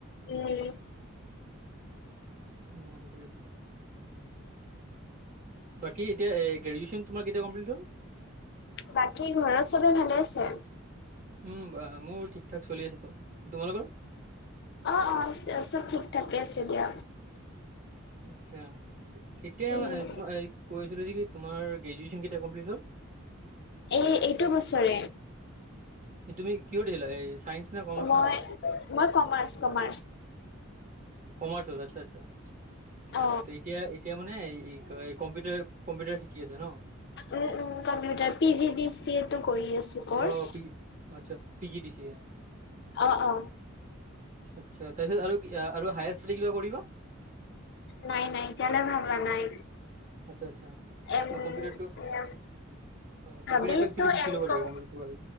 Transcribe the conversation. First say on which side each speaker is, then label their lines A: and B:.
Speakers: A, on the left; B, on the right.
A: উম
B: উম বাকী এতিয়া গ্ৰেজুৱেচন তোমাৰ কেতিয়া কমপ্লিট হ'ল
A: বাকী ঘৰত চবে ভালে আছে
B: উম বা মোৰ ঠিক ঠাক চলি আছে ক তোমালোকৰ
A: অ অ অ চব ঠিক ঠাক আছে দিয়া
B: আচ্ছা কেতিয়া
A: উম
B: তোমা কৈ আছিল যে কি তোমাৰ গ্ৰেজোয়েচন কমপ্লেট হল
A: এই এইটো বছৰে
B: তুমি কিয় দিলা এই চাইন্স না কমাৰ্চ
A: মই
B: না আৰ্টচ?
A: মই কমাৰ্চ কমাৰ্চ
B: কমাৰ্চত আচ্ছা আচ্ছা ত'
A: অ
B: এতিয়া এতিয়া মানে ই ক কম্পিউটাৰ কম্পিউটাৰ শিকি আছা ন
A: উম উম computer P G D C এটো কৰি আছো কৰ্চ
B: অ' পি আচ্ছা পি জি ডি চি
A: অ অ
B: আচ্ছা তাৰপিছত আৰু কি আ আৰু হায়াৰ ষ্টাডী কিবা কৰিবা
A: নাই নাই এতিয়ালে ভাবা নাই
B: আচ্ছা আচ্ছা
A: এম
B: অ কম্পিউটাৰটো
A: এম
B: অ
A: ভাবিতো
B: কম্পিউটাৰটো একচুৱেলি শিকি
A: এম
B: ল'ব
A: কম
B: লাগে কম্পিউটাৰটো ভাল